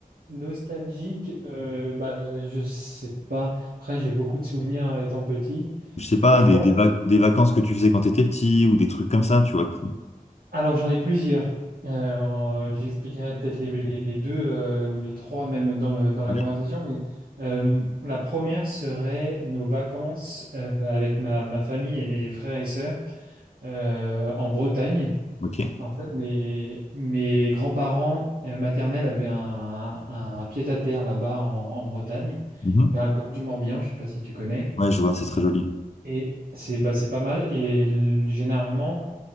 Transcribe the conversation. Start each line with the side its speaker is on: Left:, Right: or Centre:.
Right: nostalgique, euh, bah, je sais pas. Après, j'ai beaucoup de souvenirs euh, étant petit.
Left: Je sais pas,
Right: Euh, je
Left: des,
Right: pense.
Left: des, vac- des vacances que tu faisais quand tu étais petit ou des trucs comme ça, tu vois. qui-
Right: Alors, j'en ai plusieurs. Euh, en- j'expliquerai peut-être les, les- les deux euh, ou les trois même dans le, dans la
Left: Oui.
Right: conversation. Mais euh, la première serait nos vacances euh, avec ma, ma famille et mes frères et sœurs euh, en Bretagne.
Left: Ok.
Right: En fait, mes, mes grands-parents euh, maternels avaient un, un, un pied-à-terre là-bas en, en Bretagne,
Left: Mhm.
Right: vers le golfe du Morbihan, je ne sais pas si tu connais.
Left: Ouais, je vois, c'est très joli.
Right: Et c'est bah, c'est pas mal. Et l- généralement,